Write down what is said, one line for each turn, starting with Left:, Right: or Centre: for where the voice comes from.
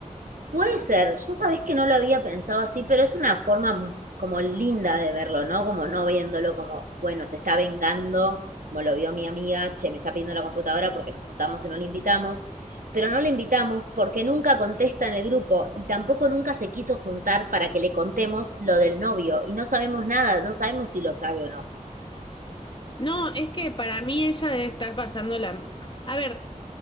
Right: Puede ser, yo sabés que no lo había pensado así, pero es una forma m- como linda de verlo, ¿no? Como no viéndolo como, bueno, se está vengando, como lo vio mi amiga, che, me está pidiendo la computadora porque nos juntamos y no le invitamos, pero no le invitamos porque nunca contesta en el grupo y tampoco nunca se quiso juntar para que le contemos lo del novio y no sabemos nada, no sabemos si lo sabe o no.
Left: No, es que para mí ella debe estar pasando la... A ver,